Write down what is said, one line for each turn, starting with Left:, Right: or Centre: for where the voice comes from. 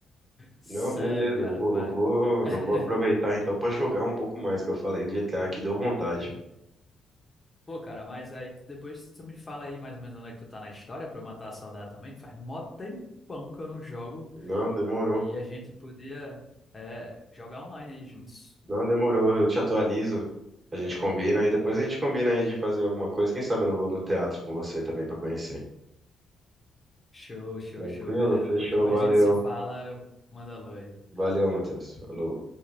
Left: Sério,
Right: Não, beleza.
Left: cara,
Right: Eu vou,
Left: mas...
Right: eu vou,
Left: <laughs>
Right: eu vou aproveitar então pra jogar um pouco mais, que eu falei de GTA aqui, deu vontade.
Left: Pô, cara, mas aí tu- depois tu me fala aí mais ou menos onde é que tu tá na história pra eu matar a saudade também, que faz mó tempão que eu não jogo
Right: Não, demorou.
Left: e a gente podia, eh, jogar online aí juntos.
Right: Não, demorou. Eu te atualizo. A gente combina e depois a gente combina aí de fazer alguma coisa. Quem sabe eu não vou no teatro com você também pra conhecer.
Left: Show, show,
Right: Tranquilo?
Left: show. Beleza,
Right: Fechou.
Left: pois depois
Right: Valeu.
Left: a gente se fala, eu mando alô aí.
Right: Valeu, Matheus. Falou.